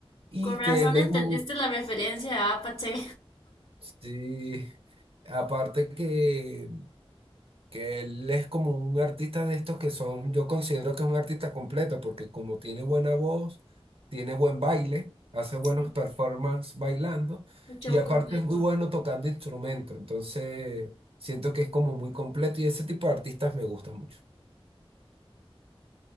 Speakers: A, on the right; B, on the left.
A: Y
B: Con razón
A: que él
B: entendiste
A: es un...
B: la referencia de Apache.
A: Sí, aparte que que él es como un artista de estos que son, yo considero que es un artista completo, porque como tiene buena voz, tiene buen baile, hace buenos
B: Sí,
A: performances bailando,
B: un show
A: y aparte
B: completo.
A: es muy bueno tocando instrumento, entonces siento que es como muy completo y ese tipo de artistas me gusta mucho.